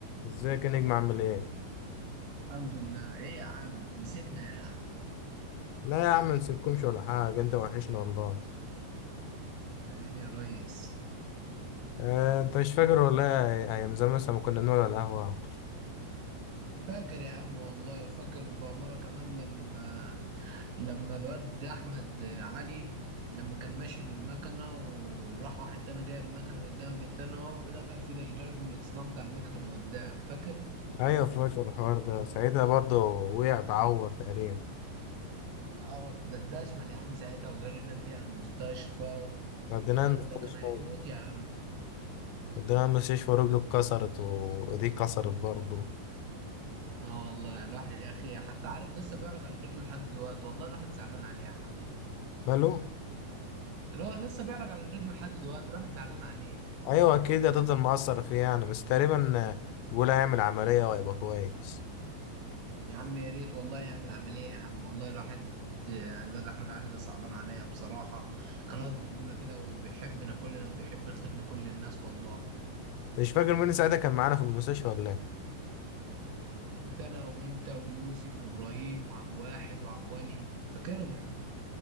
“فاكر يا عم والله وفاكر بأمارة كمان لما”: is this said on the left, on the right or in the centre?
Right